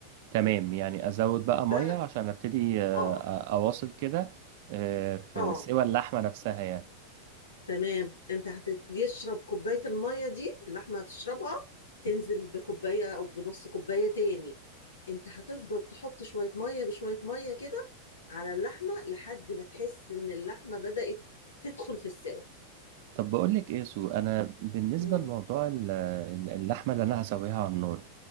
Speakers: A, on the right (about 50°); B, on the left (about 75°).
A: تمام يعني ازود بقى
B: بقى
A: ميه عشان ابتدي آه،
B: اه
A: أ- اواصل كده آه، في
B: اه
A: سوى اللحمه نفسها يعني
B: تمام انت هتشرب كوباية المية دي اللحمة هتشربها تنزل بكوباية او بنص كوباية تاني انت هتفضل تحط شوية مية بشوية مية كده على اللحمة لحد ما تحس ان اللحمة بدأت تدخل في السوا
A: طب بقول لك ايه يا سو انا بالنسبه
B: مم.
A: لموضوع ال- ال- اللحمه اللي انا هسويها على النار